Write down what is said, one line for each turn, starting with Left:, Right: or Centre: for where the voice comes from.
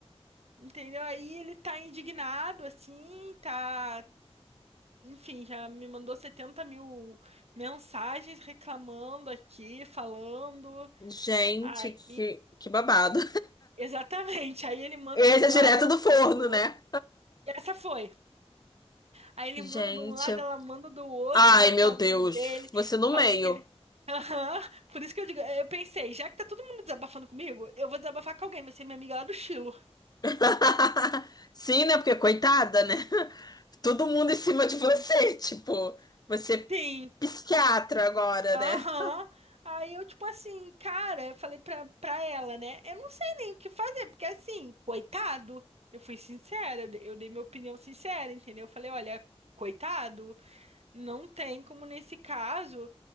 Right: Entendeu? Aí ele tá indignado, assim, tá, Enfim, já me mandou 70 mil mensagens reclamando aqui, falando.
Left: Gente,
Right: Aí,
Left: que, que babado.
Right: exatamente. Aí
Left: <laughs>
Right: ele manda
Left: Esse
Right: de um lado,
Left: é direto
Right: ela
Left: do forno,
Right: manda do outro.
Left: né?
Right: E essa foi. Aí ele
Left: Gente.
Right: manda de um lado, ela manda do outro,
Left: Ai,
Right: reclamando
Left: meu Deus.
Right: dele,
Left: Você no
Right: falando
Left: meio.
Right: que ele. <laughs> Aham. Por isso que eu digo, eu pensei, já que tá todo mundo desabafando comigo, eu vou desabafar com alguém, vai ser minha amiga lá do Chilo.
Left: <laughs> Sim, né? Porque coitada, né? Todo mundo em cima
Right: Sim.
Left: de você, <laughs> tipo, você é
Right: Sim,
Left: psiquiatra agora,
Right: Aham.
Left: né?
Right: Aí eu, tipo assim, cara, eu falei pra, pra ela, né? Eu não sei nem o que fazer, porque assim, coitado, eu fui sincera, eu dei, eu dei minha opinião sincera, entendeu? Eu falei, olha, coitado, não tem como nesse caso